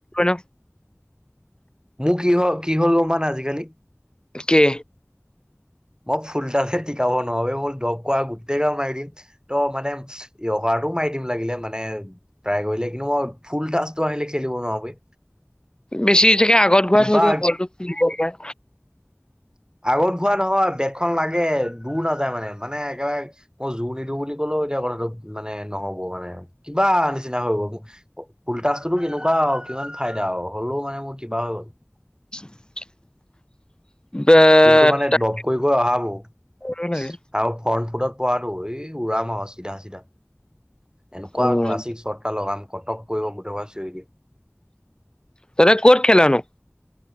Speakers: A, on the left; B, on the right.
A: ন
B: মোৰ কি হয় কি হ'ল গম পাও নাই আজিকালি
A: কে
B: মই ফুলতালতে টিকাব নোৱাৰি বে মোৰ দ কোৱা গোটেই গাল মাৰি দিম ত মানে ই মাৰি দিম লাগিলে মানে প্ৰায় কৰিলে কিন্তু মই ফুল টাচটো আহিলে খেলিব নোৱাৰো বে
A: বেছি চাগে আগত ঘূৰাই
B: কিবা
A: থৈ দিয় বলটো ফ পায়
B: আগত ঘূৱা নহয় বেদখন লাগে দূৰ নাযায় মানে, মানে একেবাৰে মই জোৰ নিদিওঁ বুলি ক'লেও ত এতিয়া কথাটো মানে নহ'ব মানে কিবা নিচিনা হৈ গ'ল ফুলতাচটোতো কেনেকুৱা কিমান ফাইদা আও হ'লেও মানে মোৰ কিবা হৈ গ'ল
A: <inaudible>
B: কিন্তু মানে
A: তাক
B: দপ কৰি গৈ অহা বহুত
A: কৰিব লাগে
B: আৰু ফ্ৰন ফুটত পৰাটো উৰাম আৰু চিধা চিধা, এনেকুৱা
A: উম
B: ক্লাছিক চৰ্ত এটা লগাম কটক কৰিব গোটেইখোপাই চিঞৰি দিব
A: তই এতিয়া ক'ত খেল নো